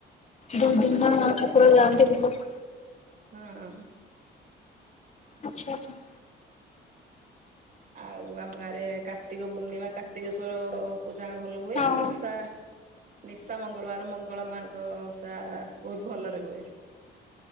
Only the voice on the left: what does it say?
ଦୁଇ
ଦିନ
ଠାକୁର
ଯାଆନ୍ତି
ବୁଲିବାକୁ ଆଚ୍ଛା ଆଛା।
ହଁ।